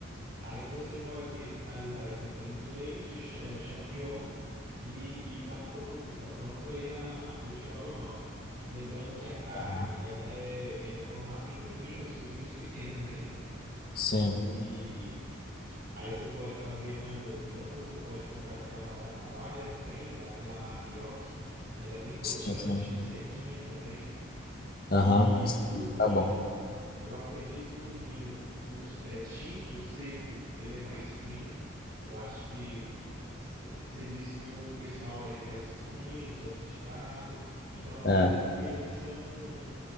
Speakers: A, on the right; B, on the left.
A: aí você pode finalizar aí com creme de leite, ch- é, champignon. E, e tá pronto, tá pronto aí a, o estrogonofe. Lembrando que a carne,
B: Aham.
A: ela é, é formada em cubinhos, cubinhos pequenos, hein?
B: Sim,
A: E aí você pode fazer um arroz branco, pode comprar aquela batata palha, não tem? Daquela marca Yoki, que ela é bem crocante
B: sim, sim.
A: e sequinha também.
B: Aham.
A: E
B: Sim.
A: o vinho,
B: Tá bom.
A: eu acredito que o vinho, o, é, tinto seco, ele é mais fino. Eu acho que s- você disse que o pessoal aí é mais fino, sofisticado. Então, acredito
B: É,
A: que eles são.